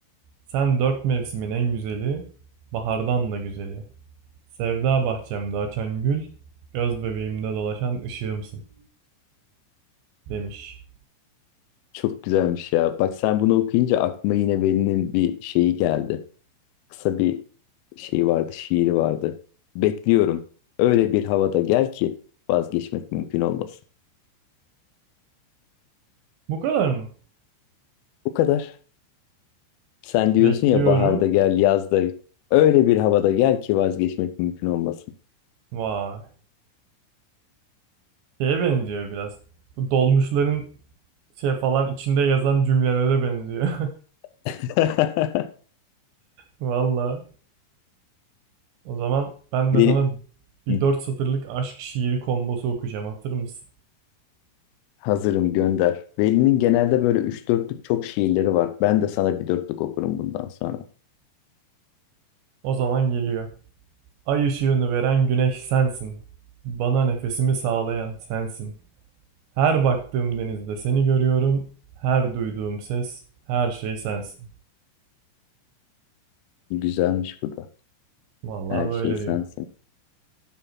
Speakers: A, on the right; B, on the left.
A: Sen dört mevsimin en güzeli, bahardan da güzeli. Sevda bahçemde açan gül, göz bebeğimde dolaşan ışığımsın demiş.
B: Çok güzelmiş ya. Bak sen bunu okuyunca aklıma yine Veli'nin bir şeyi geldi. Kısa bir şey vardı, şiiri vardı. Bekliyorum. Öyle bir havada gel ki vazgeçmek mümkün olmasın.
A: Bu kadar mı?
B: Bu kadar. Sen diyorsun
A: Bekliyorum.
B: ya baharda gel, yazda öyle bir havada gel ki vazgeçmek mümkün olmasın.
A: Vay. Şeye benziyor biraz. Bu dolmuşların şey falan içinde yazan cümlelere benziyor.
B: <laughs>
A: <laughs> Valla. O zaman ben
B: Veli,
A: de sana bir
B: Hı,
A: dört satırlık aşk şiiri kombosu okuyacağım. Hatır mısın?
B: hazırım gönder. Veli'nin genelde böyle üç dörtlük çok şiirleri var. Ben de sana bir dörtlük okurum bundan sonra.
A: O zaman geliyor. Ay ışığını veren güneş sensin. Bana nefesimi sağlayan sensin. Her baktığım denizde seni görüyorum. Her duyduğum ses, her şey sensin.
B: Güzelmiş bu da.
A: Vallahi
B: Her
A: böyle
B: şey sensin.
A: diyor.